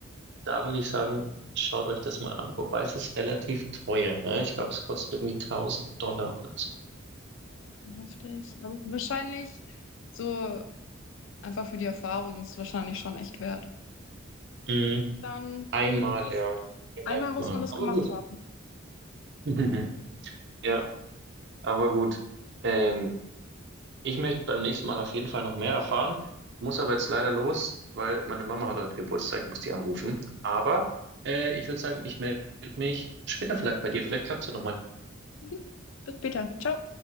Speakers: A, on the right; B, on the left.
A: Da würde ich sagen, schaut euch das mal an. Wobei es ist relativ teuer, ne? Ich glaube, es kostet irgendwie tausend Dollar oder so.
B: Schon heftig. Aber wahrscheinlich so. Einfach für die Erfahrung ist es wahrscheinlich schon echt wert.
A: Mhm.
B: Dann,
A: Einmal,
B: das,
A: ja. Niemals
B: einmal muss
A: machen.
B: man das
A: Aber
B: gemacht
A: gut.
B: haben.
A: <laughs> Ja. Aber gut, ähm, ich möchte beim nächsten Mal auf jeden Fall noch mehr erfahren, muss aber jetzt leider los, weil meine Mama hat heute Geburtstag, muss die anrufen. Aber äh, ich würde sagen, ich melde mich später vielleicht bei dir. Vielleicht klappt es ja nochmal.
B: Gut, bis später. Ciao.